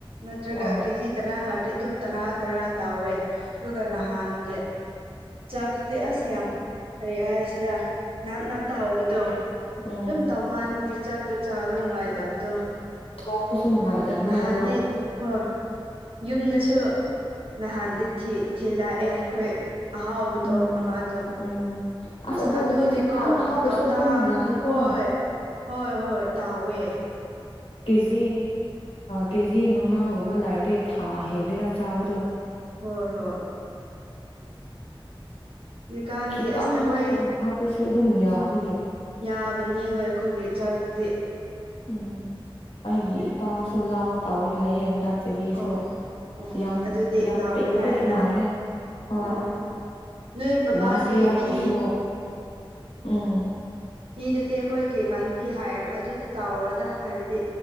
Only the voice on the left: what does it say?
ꯑꯥ
ꯎꯝ
<unintelligible>
ꯊꯣꯡꯕꯁꯨ ꯅꯨꯡꯉꯥꯏꯇꯕꯅꯦ
ꯑꯗꯣ
ꯎꯝ
ꯎꯝ
ꯑꯗꯨꯕꯨꯗꯤ
ꯈꯤꯇꯪ ꯍꯥꯞꯄ꯭ꯔꯁꯨ
ꯑꯗꯨꯝ ꯌꯥꯏꯀꯣ
ꯀꯦꯖꯤ ꯀꯦꯖꯤ ꯃꯉꯥꯒꯨꯝꯕ ꯂꯥꯛꯔꯗꯤ ꯊꯥ ꯍꯦꯜꯂꯦꯗ ꯆꯥꯕꯗꯣ
ꯈꯤꯇꯪ
ꯍꯥꯞꯄ꯭ꯔꯁꯨ ꯑꯗꯨꯝ ꯌꯥꯕ
ꯎꯝ ꯑꯩꯒꯤ ꯏꯄꯥꯁꯨ ꯂꯥꯎ ꯇꯥꯎꯋꯦ ꯍꯥꯏꯌꯦ ꯍꯟꯗꯛ ꯆꯍꯤꯁꯨ
ꯌꯥꯝ
ꯌꯥꯝ
ꯄꯤꯛꯄꯗꯤ
ꯃꯥꯜꯂꯦ ꯍꯣꯏ
ꯂꯥꯁ ꯏꯌꯥꯔꯒꯤꯁꯨ
ꯎꯝ